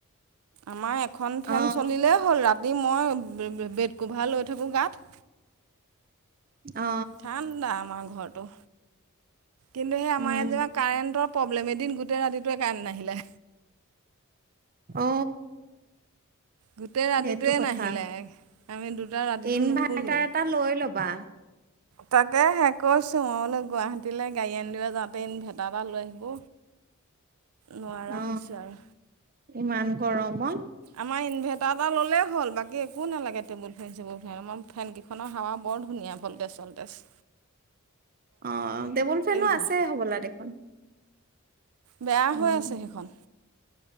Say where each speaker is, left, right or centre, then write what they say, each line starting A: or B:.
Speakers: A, on the right; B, on the right.
A: আমাৰ এখন
B: অ
A: ফেন চলিলে হল মই বেড কোভাৰ লৈ থাকোঁ গাত
B: অ
A: ঠাণ্ডা আমাৰ ঘৰটো কিন্তু সেই আমাৰ
B: উম
A: ইয়াত যে কাৰেণ্টৰ প্ৰব্লেম এদিন গোটেই ৰাতিটোৱে কাৰেন্ট নাহিলে
B: অ
A: গোটেই ৰাতিটোৱে
B: সেইটো কথা
A: নাহিলে আমি দুটা ৰাতিটো
B: ইনভাৰ্টাৰ
A: নুশুলোৱেই
B: এটা লৈ ল'বা
A: তাকে হে কৈছো মই বোলো গুৱাহাটীলৈ গাড়ী আনিব যাওঁতে ইনভাৰটাৰ এটা লৈ আহিব
B: <inaudible>
A: নোৱাৰা
B: অ
A: হৈছে অহ‌
B: ইমান গৰমত
A: আমাৰ ইনভাৰ্টাৰ এটা ল'লেও। হ'ল বাকী একো নালাগে টেবুল ফেন চেবুল ফেন আমাৰ ফে কেইখনৰ হাৱা বৰ ধুনীয়া ভল্টেজ চলটেজ।
B: অ টেবুল ফেনো
A: হ'ল
B: আছে হ'বলা দেখোন।
A: বেয়া
B: উম
A: হৈ আছে সেইখন।